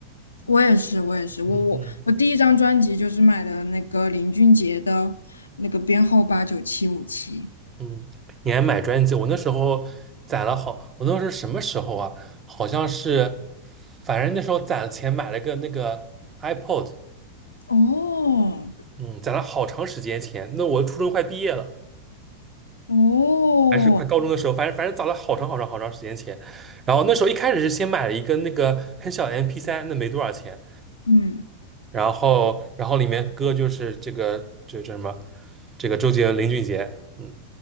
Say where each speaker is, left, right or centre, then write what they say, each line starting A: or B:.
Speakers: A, on the left; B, on the right.
A: 我也是，我也是，我我我第一张专辑就是买的那个林俊杰的那个编号八九七五七。
B: 嗯嗯嗯，你还买专辑？我那时候攒了好，我那时候什么时候啊？好像是，反正那时候攒了钱买了个那个 iPod，
A: 哦
B: 嗯，攒了好长时间钱。那我初中快毕业了。
A: 哦，
B: 还是快高中的时候，反正反正早了好长好长好长时间前。然后那时候一开始是先买了一个那个很小的 MP3，那没多少钱。
A: 嗯，
B: 然后然后里面歌就是这个这这什么，这个周杰伦、林俊杰，嗯